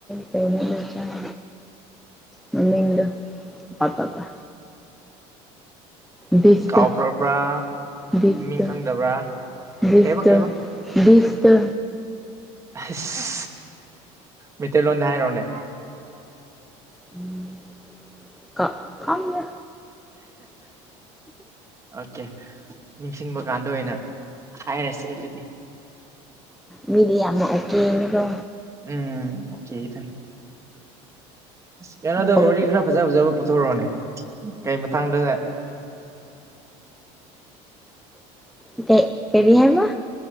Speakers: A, in the centre; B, on the right.
A: ꯀꯩꯅꯗ ꯆꯥꯡ ꯃꯃꯤꯗꯨ ꯄꯥꯄꯥꯄꯥ꯫ ꯚꯤꯁꯇꯣ
B: ꯀꯥꯎꯈ꯭ꯔꯕ꯭ꯔꯥ
A: ꯚꯤꯁꯇꯣ
B: ꯃꯃꯤꯡ ꯈꯪꯗꯕ꯭ꯔꯥ
A: ꯚꯤꯁꯇꯣ
B: ꯀꯩꯕ ꯀꯩꯕ
A: ꯫ ꯚꯤꯇꯣ꯫
B: ꯑꯁ ꯃꯩꯇꯩꯂꯣꯟꯗ ꯍꯥꯏꯔꯣꯅꯦ꯫
A: ꯎꯝ꯫ ꯀ ꯈꯪꯗꯦ꯫
B: ꯑꯣꯀꯦ ꯅꯤꯡꯁꯤꯡꯕ ꯀꯥꯟꯗ ꯑꯣꯏꯅ꯫ ꯍꯥꯏꯔꯁꯤ ꯑꯗꯨꯗꯤ꯫
A: ꯃꯤꯗꯤ ꯌꯥꯝꯅ ꯑꯣꯀꯦꯅꯦꯗꯣ꯫
B: ꯎꯝ ꯀꯨꯀꯤꯒꯤꯗꯣ ꯀꯩꯅꯣꯗ
A: ꯑꯣꯀꯦ
B: ꯋꯔꯤ ꯈꯔ ꯐꯖ ꯐꯖꯕ ꯄꯨꯊꯣꯔꯛꯑꯣꯅꯦ ꯀꯩ ꯃꯇꯥꯡꯗ꯫
A: ꯏꯇꯩ ꯀꯔꯤ ꯍꯥꯏꯕ꯫